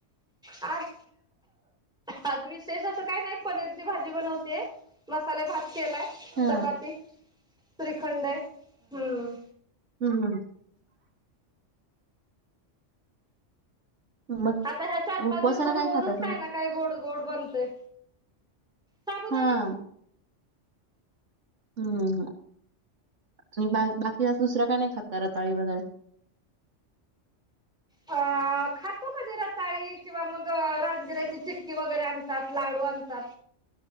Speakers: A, in the centre; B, on the right.
A: आज आज विशेष असं काय नाही. पनीरची भाजी बनवतेय. मसाले भात केलाय
B: हा
A: चपाती, श्रीखंड हाय हम्म
B: हू हू. मग
A: आता ह्या चार पाच
B: उपवासाला
A: दिवसात,
B: काय
A: रोजच
B: खाताय
A: काही
B: तुम्ही?
A: ना काही गोड गोड बनतय. साबुदाणा
B: हा. हुं. हू आणि बाळ बाकीचा दुसरं काय नाही खातात रताळी वगेरे.
A: हा. खातो कधी रताळी किंवा मग राजगिऱ्याची चिक्की वगैरे आणतात, लाडू आणतात.